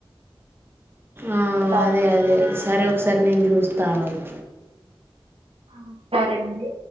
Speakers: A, on the right (about 25°); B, on the right (about 70°).
A: ఆ
B: సార్
A: అదే అదే సరే ఉక్స్ సరే నేను చూస్తా అగు
B: ఆ సరేనండి